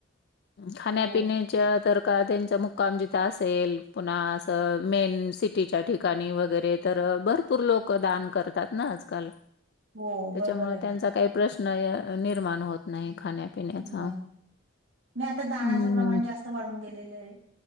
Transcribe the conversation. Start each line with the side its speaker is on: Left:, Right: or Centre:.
Left: खान्या
Right: हो
Left: पिने च्या तर का त्यांचा मुक्काम जिथ असेल, पुन्हा अस मेन सिटी टीच्या ठिकाणी वगैरे, अ तर भरपूर लोक दान करतात ना आजकाल.
Right: हो
Left: त्याच्यामुळ
Right: बरोबर आहे ना
Left: त्यांचा काही प्रश्न निर्माण होत नाही, खाण्यापिण्याचा.
Right: नाही नाही आता
Left: हम्म,
Right: दानाचं प्रमाण
Left: हम्म
Right: जास्त वाढून गेलेलं आहे